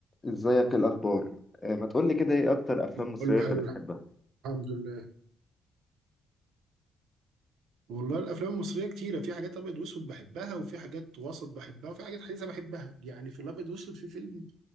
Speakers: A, on the left; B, on the right.
A: ازيك إيه الاخبار آه، ما تقولي كده ايه اكتر افلام مصريه
B: كله
A: انت
B: حلو
A: بتحبها
B: الحمد لله والله الافلام المصريه كتيره في حاجات ابيض واسود بحبها وفي حاجات وسط بحبها وفي حاجات حديثه بحبها يعني في الابيض واسود في فيلم